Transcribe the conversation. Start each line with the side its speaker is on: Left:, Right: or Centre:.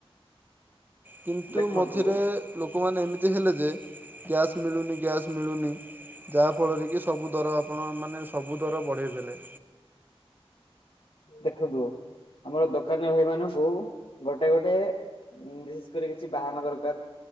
Right: କିନ୍ତୁ
Left: ଦେଖନ୍ତୁ
Right: ମଝିରେ ଲୋକମାନେ ଏମିତି ହେଲେ ଯେ କ୍ୟାସ୍ ମିଳୁନି ଗ୍ୟାସ୍ ମିଳୁନି। ଯାହାଫଳରେ କି ସବୁ ଦର ଆପଣ ମାନେ ସବୁ ଦର ବଢ଼େଇ ଦେଲେ।
Left: ଦେଖନ୍ତୁ ଆମର ଦୋକାନୀ ଭାଇ ମାନଙ୍କୁ ଗୋଟେ ଗୋଟେ ହମ୍ ବିଶେଷ କରି କିଛି ବାହାନା ଦରକାର।